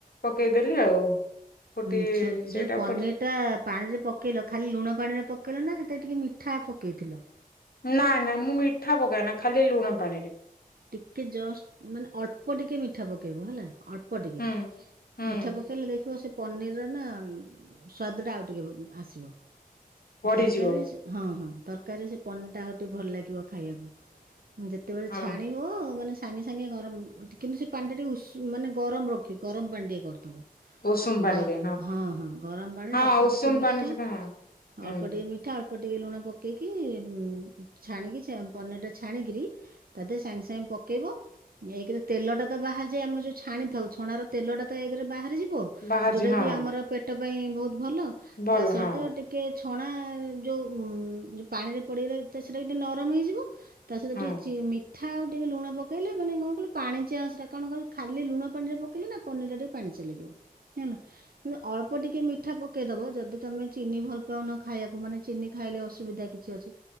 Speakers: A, on the left; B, on the right.
A: ପକେଇଦେଲି ଆଉ। ଫୁଟି
B: ହୁଁ ଛୁ
A: ସେଇଟା
B: ଯୋଉ ପନିଟା
A: ଫୁ
B: ପାଣିରେ ପକେଇଲ ଖାଲି ଲୁଣ ପାଣିରେ ପକେଇଲ ନା ସେଥିରେ ଟିକିଏ ମିଠା ପକାଇଥିଲ?
A: ନା ନା ମୁଁ ମିଠା ପକାଏ ନା ଖାଲି ଲୁଣ ପାଣିରେ।
B: ଟିକେ ଜଷ୍ଟ ମାନେ ଅଳ୍ପ ଟିକେ ମିଠା ପକେଇବ ହେଲା ଅଳ୍ ପ ଟିକେ
A: ହୁଁ। ହୁଁ
B: ମିଠା ପକେଇଲେ ଦେଖିବ ସେ ପନିରର ନା ଉ ସ୍ୱାଦଟା ଆଉ ଟିକେ ବ ଆସିବ କିନ୍ତୁ
A: ବଢିଯିବ
B: ତରକାରୀରେ ସେ ହଁ ହଁ ତରକାରୀ ସେ ପନିଟା ଆହୁରି ଟିକେ ଭଲ ଲାଗିବ ଖାଇବାକୁ ମୁଁ ଯେତେବେ
A: ହଁ
B: ଛାଣିବ ମାନେ ସ୍ ସାଙ୍ଗେ ସାଙ୍ଗେ ଗରମ କିନ୍ତୁ ଟିକେ କିନ୍ତୁ ସେ ପାଣିଟା ଟିକେ ଉଷୁମ ମାନେ ଗରମ ରଖିବେ ଗରମ ପାଣି ଟିକେ କରିଥିବ।
A: ଉଷୁମ ପାଣିରେ
B: ଗ ହଁ ହଁ ଗରମ ପାଣିରେ
A: ହଁ
B: ଅଳ୍ପ
A: ଉଷୁମ
B: ଟିକେ ମିଠା
A: ପାଣିରେ ତ ହଁ। ହୁଁ
B: ଅଳ୍ପ ଟିକେ ମିଠା ଅଳ୍ ପ ଟିକେ ଲୁଣ ପକେଇକି ଉଁ ଛାଣିକି ଛା ପନିରଟା ଛାଣିକିରି ତା ଦେହରେ ସାଙ୍ଗେ ସାଙ୍ଗେ ପକାଇବ ଏକେରେ ତେଲଟା ତ ବାହାରି ଯାଏ ଆମ ଯୋଉ ଛାଣିଥାଉ ଛଣାର ତେଲଟା ତ ଏକେରେ ବାହାରିଯିବ
A: ବାହାରିଛି
B: ଯୋଉଟା
A: ହଁ
B: କି ଆମର ପେଟ ପାଇଁ ବୋହୁତ ଭଲ
A: ଭଲ
B: ତା ସହିତ
A: ହଁ
B: ଟି କେ ଛଣା ଯୋଉ ଉଁ ଯୋଉ ପାଣିରେ ପଡିଗଲେ ତ ସେଟା ବି ଟିକେ ନରମ ହେଇଯିବ ତା ସହିତ
A: ହଁ
B: ଟିକେ ଚି ମି ଠା ଆଉ ଟିକେ ଲୁଣ ପକେଇଲେ ମାନେ କଣ କହିଲ ପାଣିଚିଆ ଅଂଶଟା କଣ କହିଲ ଖାଲି ଲୁଣ ପାଣିରେ ପକେଇଲେ ନା ପନିରଟା ଟିକେ ପାଣିଚିଆ ଲାଗିବ ହେଲା। କିନ୍ତୁ ଅଳ୍ପ ଟିକେ ମିଠା ପକେଇଦବ ଯଦି ତମେ ଚିନି ଭଲ ପାଉନ ଖାଇବାକୁ ମାନେ ଚିନି ଖାଇଲେ ଅସୁବିଧା କି ଛି ଅଛି